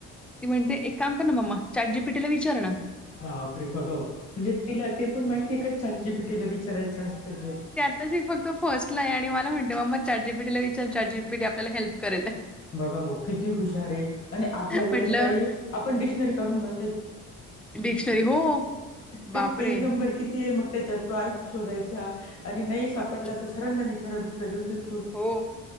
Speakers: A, in the centre; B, on the left.
A: ती म्हणते एक काम कर ना मम्मा चाट जीपिटीला विचार ना.
B: बापरे बघा ओ म्हणजे तिला ते पण माहिती आहे का चाट जीपीटीला विचारायचं असतं हे.
A: तशी फक्त फर्स्ट ला आहे आणि मला म्हनते मम्मा चाटजीपीटीला विचार चाटजीपीटी आपला हेल्प करेल.
B: बघा ओ किती हुशार हे, आणि आपल्या वेळेस
A: म्हटलं
B: ताई आपण डिक्शनरी काढून बस
A: डिक्शनरी हो,
B: ते
A: बापरे!
B: पेज नंबर किती हे मग त्याच्यात तो अर्थ शोधायचा आणि नही सापडला
A: बापरे!
B: तर सरांना विचारा दुसऱ्या दिवशीच.
A: हो